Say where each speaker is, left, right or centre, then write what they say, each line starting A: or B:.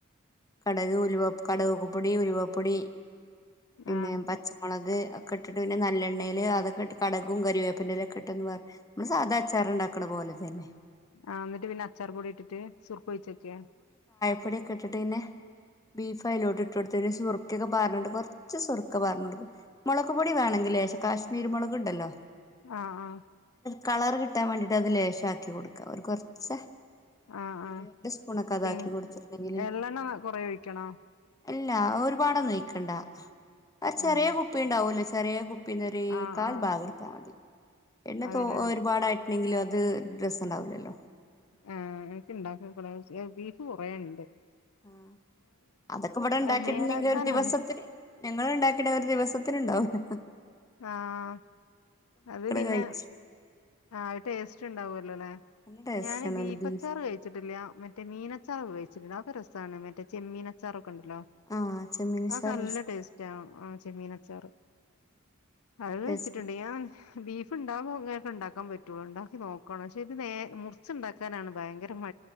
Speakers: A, on the left; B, on the left.
A: കടക് ഉല കടകക്ക്പ്പൊടി ഉലുവപ്പൊടി പിന്നെ
B: ആഹ്
A: പച്ചമുളക് ഒക്കെ ഇട്ട് പിന്നെ നല്ലെണ്ണയിൽ അതൊക്കെ ഇട്ട് കടകും കവേപ്പിന്റെലൊക്കെ ഇട്ടെന്ന്ന്ന് പറ നമ്മള് സാധാച്ചാറ ഉണ്ടാക്കണ പോലെ തന്നെ
B: ആഹ എന്നിട്ട് പിന്നെ അച്ചാർ പൊടി ഇട്ടിട്ട് സുർപ്പൊഴിച്ചൊക്കാ
A: പൊടിയൊക്കെയിട്ടട്ട് പിന്നെ ബീഫ അലോട്ട് ഇട്ട് കൊടുത്തന് സുറുക്കൊക്കെ പറഞ്ഞിണ്ട് കൊറച്ച് സുറുക്ക പറഞ്ഞിണ്ട് മുളക് പൊടി വേണെങ്കിൽക്ഷെ കാശ്മീരി മുളക്ുണ്ടല്ലോ
B: ആആ
A: കളർ കിട്ടാൻ വേണ്ടിട്ട് അത് ലേശം ആക്കി കൊടുക്കാം ഒരു കൊറച്ച്
B: ആഹ് ആഹ്
A: രണ്ട് സ്പൂണൊക്കെ അതാക്കി
B: പി
A: കൊടുത്തിട്ടുണ്ടെങ്കില്
B: എള്ളെണ്ണ കൊറേ ഒഴിക്കണോ
A: അല്ല ഒരുപാടൊന്നുഴിക്കണ്ട ആ ചെറിയ
B: ആഹ്
A: കുപ്പി ഉണ്ടാവൂലേ ചെറിയ കുപ്പി പിന്നരെ
B: ആഹ്
A: കാൽ
B: ആഹ്
A: ഭാഗർത്ത എന്നെ
B: അതെല്ലേ
A: തോ ഒരുപാടായിട്ടണെങ്കിലും അ അത് രസണ്ടാവില്ലല്ലോ ഉണ്ടാവില്ലല്ലോ
B: ആ് എനക്ക് ഇണ്ടാക്ക ബീഫ് കുറേണ്ട്
A: ആ അതൊക്കെ ഇവിടെ ഉണ്ടാക്കിയിട്ടുണ്ടെങ്കിൽ
B: നേരാക്കാനാണ്
A: ഒരു ദിവസത്തെ ഞങ്ങൾ ഉണ്ടാക്കിയിട്ട ഒരു ദിവസത്തെ ണ്ടാവുല്ല
B: ആഹ അത് പിന്നെ
A: കഴിച്ചു
B: ആ ടേസ്റ്റ് ഉണ്ടാവല്ലോല്ലെ
A: നല്ല ടേസ്റ്റ്
B: ഞാന് ബീഫച്ചാർ
A: ആണ് ബീഫ്
B: കഴിച്ചിട്ടില്ല മറ്റേ മീനച്ചാറൊക്ക കഴിച്ചിട്ടില്ലോ രസമാണ് മറ്റേ ചെമ്മീനച്ചറ ണ്ടല്ലോ
A: ആ ചെമ്മീൻച്ചാർ
B: ആ നല്ല ടേസ്റ്റ ആ ആ ചെമ്മീൻ അച്ചാറ് അത്
A: ടേസ്റ്റ്
B: വെച്ചിട്ടുണ്ട് ഞാൻ ബീഫ് ഇ ഉണ്ടാവോങ്ങൊക്ക ഉണ്ടാക്കാൻ പറ്റുള്ളു ഉണ്ടാക്കി നോക്കണം പക്ഷെ ഇത് നേ മുറച്ച്ുണ്ടാക്കാനാണ് ഭയങ്കര മ